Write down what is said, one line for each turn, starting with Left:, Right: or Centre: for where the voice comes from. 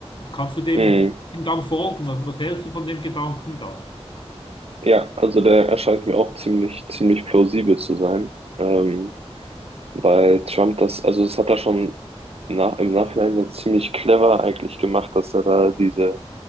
Left: Kannst du dem
Right: Mhm.
Left: Gedankengang folgen? Was, was hältst du von dem Gedankengang?
Right: Ja, also der erscheint mir auch ziemlich, ziemlich plausibel zu sein, ähm, weil Trump das, also das hat er schon nach, im Nachhinein jetzt ziemlich clever eigentlich gemacht, dass er da diese